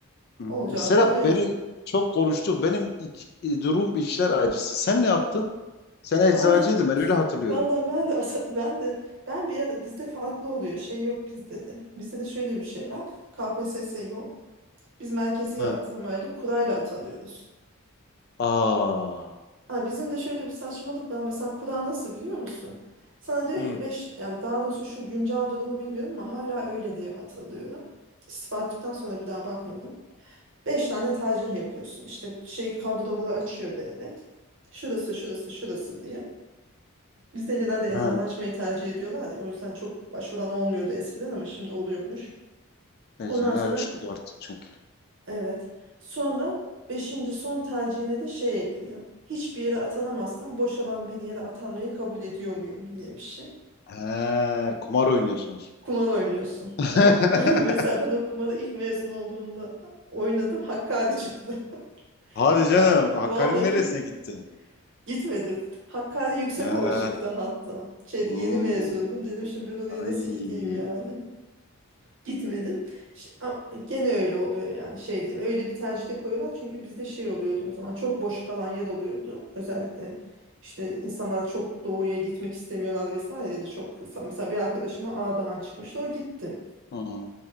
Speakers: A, on the left (about 45°); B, on the right (about 60°).
A: Hmm,
B: Olacağı
A: e, Serap
B: da o yani.
A: beni çok konuştuk. Benim iç- e, durum içler acısı. Sen ne yaptın? Sen eczacıydın
B: Vallahi
A: ben öyle
B: <laughs>
A: hatırlıyorum.
B: vallahi ben de asa- ben de ben bir ara bizde farklı oluyor. Şey yok bizde de. Bizde de şöyle bir şey var. KPSS yok. Biz merkezi
A: Ha.
B: atamayla kurayla atanıyoruz.
A: Aa.
B: Ha, bizim de şöyle bir saçmalık var. Mesela kura nasıl biliyor musun? Sana diyor
A: Hı.
B: ki beş yani daha doğrusu şu güncel durumu bilmiyorum ama hala öyle diye hatırlıyorum. İstifa ettikten sonra bir daha bakmadım. 5 tane tercih yapıyorsun. İşte şey kadroları açıyor devlet. Şurası şurası şurası diye. Bizde genelde eczane
A: Ha.
B: açmayı tercih ediyorlar ya. O yüzden çok başvuran olmuyordu eskiden ama şimdi oluyormuş.
A: Eczane
B: Ondan sonra
A: açılıyor artık çünkü.
B: Evet. Sonra beşinci son tercihine de şey ekliyor. Hiçbir yere atanamazsan boşalan bir yere atanmayı kabul ediyor muyum diye bir şey.
A: He, kumar oynuyorsunuz.
B: Kumar oynuyorsun.
A: <laughs>
B: Tamam mı? <laughs> Mesela ben o kumarı ilk mezun olduğumda oynadım. Hakkari çıktı. <laughs>
A: Hadi
B: Yani
A: canım. Hakkari'nin
B: vallahi
A: neresine gittin?
B: <laughs> gitmedim. Hakkari Yüksekova
A: He.
B: çıktı hatta. Şeydi
A: Hmm,
B: yeni mezundum. Dedim şimdi ben oraya
A: ay.
B: nasıl gideyim yani. Gitmedim. Ş- a- Gene öyle oluyor yani şey değil. Öyle bir tercihte koyuyorlar çünkü bizde şey oluyordu o zaman çok boş kalan yer oluyordu. Özellikle işte insanlar çok doğuya gitmek istemiyorlar vesaire ya da çok kısa. Mesela bir arkadaşıma Ağdahan çıkmıştı o gitti.
A: Hmm.